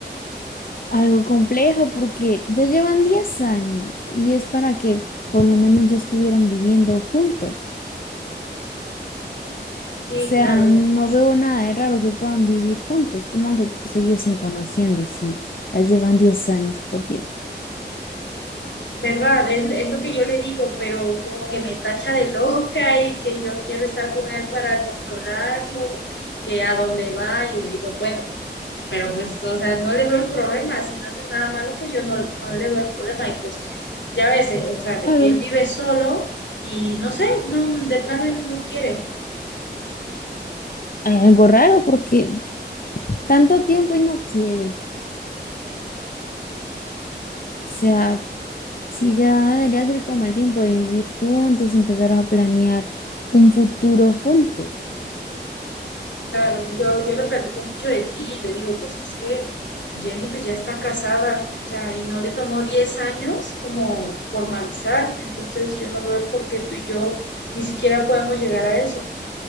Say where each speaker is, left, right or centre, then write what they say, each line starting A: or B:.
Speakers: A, on the left; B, on the left.
A: Algo complejo porque ya llevan 10 años y es para que por lo menos ya estuvieran viviendo juntos.
B: Sí,
A: O sea,
B: claro.
A: no veo nada de raro que puedan vivir juntos. ¿Cómo que seguirse conociendo si ya llevan 10 años, por Dios?
B: Verdad, es, es lo que yo le digo, pero como que me tacha de loca y que yo quiero estar con él para controlarlo, que a dónde va y le digo, bueno. pero pues, o sea, no le veo el problema, si no haces nada malo, pues yo no, no le veo el problema y pues ya ves, eh, o sea, de
A: Claro.
B: que él vive solo y no sé, no, de plano él no quiere.
A: Hay algo raro porque tanto tiempo y no quiere. O sea, si ya debería ser como el tiempo de vivir juntos, empezar a planear un futuro juntos.
B: Claro, yo, yo le platico mucho de ti y le digo, pues es que Jenny pues ya está casada, o sea, y no le tomó 10 años como formalizar, entonces yo no veo por qué tú y yo ni siquiera podemos llegar a eso.